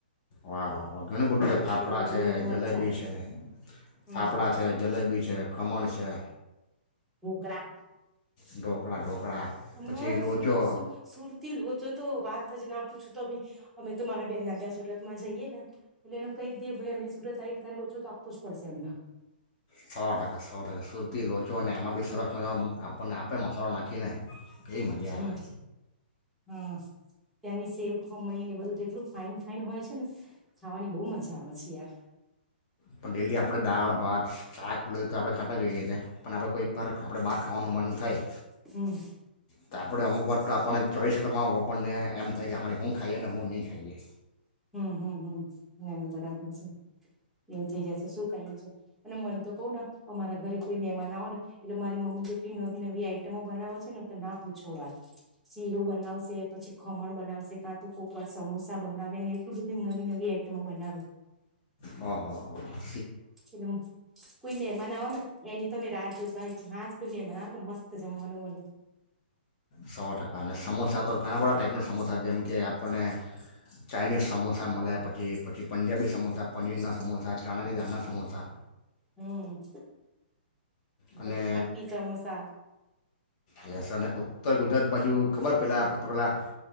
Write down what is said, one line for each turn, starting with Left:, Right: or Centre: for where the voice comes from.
Left: વાહ વાહ વાહ ઘણું બધું
Centre: ચટણી
Left: છે ફાફડા
Centre: અને
Left: છે
Centre: લીલા મરચા
Left: જલેબી છે
Centre: હમ
Left: ફાફડા છે જલેબી છે ખમણ છે.
Centre: ઢોકળા
Left: ઢોકળા ઢોકળા
Centre: અને
Left: પછી લોચો
Centre: સુર સુરતી લોચો તો વાત જ ના પૂછો તો બી અમે તો મારા બેહેન ના ત્યાં સુરતમાં જઈએ ને એટલે એને કહી દીેએ ભાઈ અમે સુરત આવી્યા હતા લો છો તો આપવો જ પડશે એમ ના.
Left: સો ટકા સો ટકા સુરતી લોચો અને એમાં બી સરસ મજામાં આપણને આપે મસાલો નાખીને. એ મજા આવેે.
Centre: હમ હા ત્યાંની સેવ ખમણી ને બધું તેટલું ફાઈન ફાઈન હોય છે ને ખાવાની બહુ મજા આવે છે યાર.
Left: પણ ડેલી આપડે દાળ ભાત શાક ને તો આપડે ખાટા જોઈએ છે પણ આપણે કોઈક બાર આપણે બહાર ખાવાનું મન થાય.
Centre: હમ્મ.
Left: તો આપણે અમુક વાર તો આપણને ચોઈસ કરવા હો આપણને એમ થાય કે અમારે શું ખાઈએ ને હું નહીં ખાઈએ.
Centre: હમ હમ હમ નાને બરાબર છે. એવું થઇ જશે શું <unintelligible> છે. અને મને તો કહું ને અમારા ઘરે કોઈ મહેમાન આવો ને એટલે મારી મમ્મી જેટલી નવી નવી આઈટમો બનાવે છે ને તો ના પૂછો વાત શીરો બનાવશે પછી ખમણ બનાવશે કાં તો કોક વાર સમોસા બનાવે ને એટલી બીધી નવી નવી આઈટમો બનાવે.
Left: હા હા હા હા.
Centre: એટલે કોઈ મહેમાન આવે ને એની તો મેં રાત જોતા હોય હા કોઈ મહેમાન આવ તો મસ્ત તો જમવાનું મલે.
Left: સો ટકા અને સમોસા તો ઘણા બધા ટાઈપના સમોસા જેમ કે આપણને ચાઈનીઝ સમોસા મળે પછી પછી પંજાબી સમોસા પનીરના સમોસા ચણાની દાળની સમોસા.
Centre: હમ્મ.
Left: અને
Centre: પ પટ્ટી સમોસા.
Left: યસ અને ઉત્તર ગુજરાત બાજુ ખબર પેલાં આપણે પેલાં